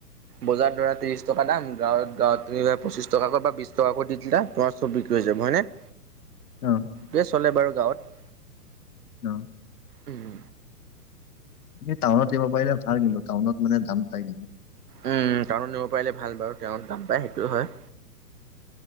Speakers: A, on the right; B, on the left.
A: বজাৰ ধৰা ত্ৰিশ টকা দাম গাঁৱ গাঁৱত তেনেকৈ পঁচিছটাকৈ বা বিছ টকাকৈ দি দিলা তোমাৰ চব বিক্ৰী হৈ যাব হয়নে
B: অ।
A: দে চলে বাৰু গাঁৱত।
B: অ।
A: উম।
B: এ টাউনত দিব পাৰিলে ভাল কিন্তু টাউনত মানে দাম চাই কিন্তু।
A: উম টাউনত নিব পাৰিলে ভাল বাৰু তেওঁ দাম পায় সেইটো হয়।